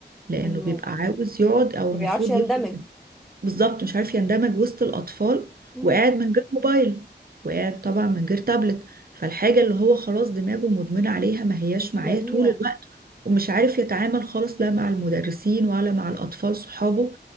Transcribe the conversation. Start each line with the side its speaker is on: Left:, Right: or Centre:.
Right: لأنه
Centre: ايوه
Right: بيبقى عاوز يقعد أو
Centre: ما
Right: المفروض
Centre: بيعرفش يندمج
Right: يفضل بالظبط مش عارف يندمج وسط الأطفال
Centre: امم
Right: وقاعد من غير موبايل وقاعد طبعا من غير تابلت فالحاجة اللي هو خلاص دماغه مدمنة عليها ما هياش
Centre: مش
Right: معاه
Centre: لاقيها
Right: طول الوقت ومش عارف يتعامل خالص لا مع المدرسين ولا مع الأطفال صحابه